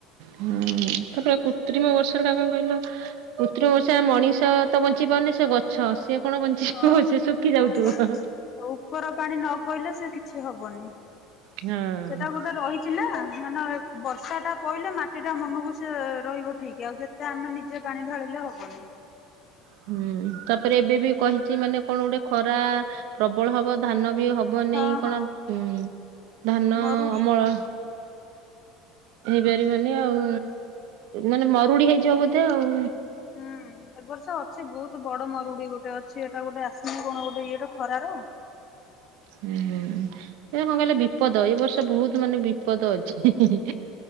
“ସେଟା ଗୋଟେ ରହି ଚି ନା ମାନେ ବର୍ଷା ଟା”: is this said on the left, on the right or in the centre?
Left